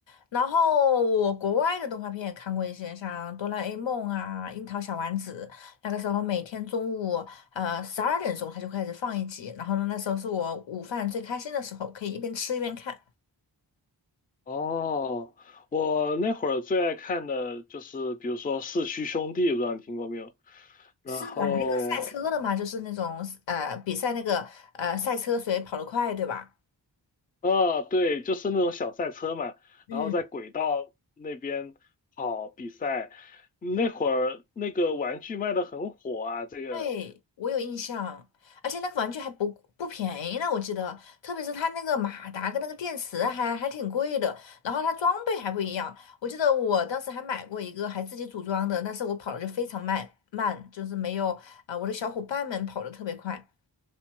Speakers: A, on the left (about 75°); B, on the left (about 20°).
A: 然后我国外的动画片也看过一些，像《哆啦 A 梦》啊，《樱桃小丸子》。那个时候每天中午呃十二点钟他就开始放一集，然后呢那时候是我午饭最开心的时候，可以一边吃一边看。
B: 哦，我那会儿最爱看的就是，比如说《四驱兄弟》，不知道你听过没有？然后，
A: 是玩那个赛车的嘛，就是那种呃比赛那个呃赛车谁跑得快，对吧？
B: 啊，对，就是那种小赛车嘛，
A: 嗯。
B: 然后在轨道那边跑比赛。那会儿那个玩具卖的很火啊，这个
A: 对，我有印象，而且那个玩具还不不便宜呢，我记得，特别是它那个马达跟那个电池还还挺贵的，然后它装备还不一样，我记得我当时还买过一个还自己组装的，但是我跑的就非常慢慢，就是没有啊、呃我的小伙伴们跑的特别快。